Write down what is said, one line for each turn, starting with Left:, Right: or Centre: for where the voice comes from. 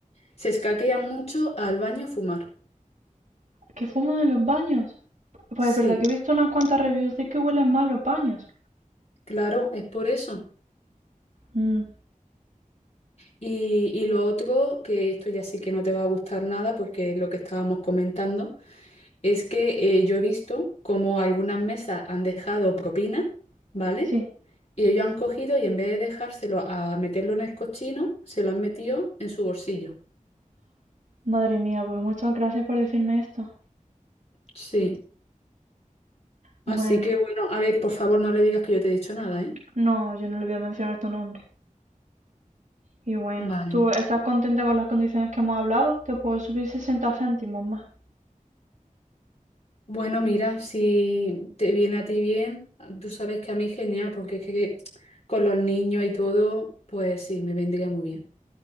Left: se escaquean mucho al baño a fumar.
Right: ¿Que fuman en los baños? Pues
Left: Sí,
Right: es verdad que he visto unas cuantas reviews de que huelen mal los baños.
Left: claro, es por eso.
Right: Mm,
Left: Y, y lo otro, que esto ya sí que no te va a gustar nada porque es lo que estábamos comentando, es que eh, yo he visto como algunas mesas han dejado propina, ¿vale?
Right: sí.
Left: Y ellos han cogido y en vez de dejárselo a meterlo en el cochino, se lo han metido en su bolsillo.
Right: Madre mía, pues muchas gracias por decirme esto.
Left: Sí.
Right: Bueno,
Left: Así que bueno, a ver, por favor no le digas que yo te he dicho nada, ¿eh?
Right: no, yo no le voy a mencionar tu nombre. Y bueno,
Left: Vale.
Right: ¿tú estás contenta con las condiciones que hemos hablado? Te puedo subir 60 céntimos más.
Left: Bueno, mira, si te viene a ti bien, tú sabes que a mí genial, porque es que que con los niños y todo, pues sí, me vendría muy bien.